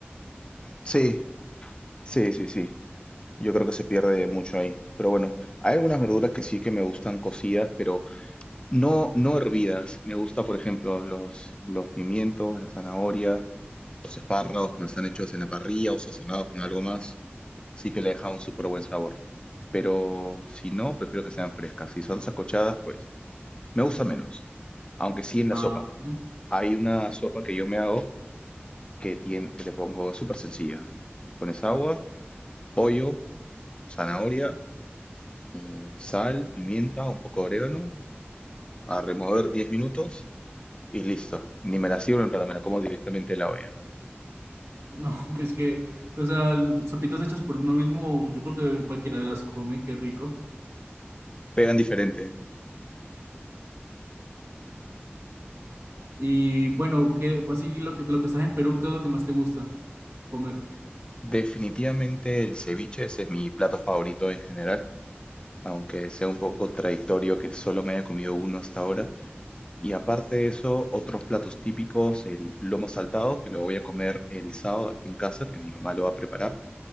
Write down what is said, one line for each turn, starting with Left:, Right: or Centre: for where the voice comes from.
Left: Sí, Sí, sí, sí. Yo creo que se pierde mucho ahí. Pero bueno, hay algunas verduras que sí que me gustan cocidas, pero no, no hervidas. Me gusta, por ejemplo, los, los pimientos, la zanahoria, los espárragos cuando están hechos en la parrilla o sazonados con algo más. Sí que le deja un súper buen sabor. Pero si no, prefiero que sean frescas. Si son sancochadas, pues me gusta menos. Aunque sí en la
Right: Ah,
Left: sopa.
Right: mm,
Left: Hay una sopa que yo me hago que tiene, que le pongo es súper sencilla. Pones agua, pollo, zanahoria. eh, sal, pimienta, un poco de orégano, a remover 10 minutos y listo. Ni me la sirvo en plata, me la como directamente de la olla.
Right: no, <laughs> pues que, o sea, sopitas hechas por uno mismo, yo creo que cualquiera las come, qué rico.
Left: Pegan diferente.
Right: Y bueno, ¿qué, así lo que, de lo que estás en Perú, ¿qué es lo que más te gusta comer?
Left: Definitivamente el ceviche, ese es mi plato favorito en general, aunque sea un poco contradictorio que solo me haya comido uno hasta ahora. Y aparte de eso, otros platos típicos, el lomo saltado, que lo voy a comer el sábado aquí en casa, que mi mamá lo va a preparar.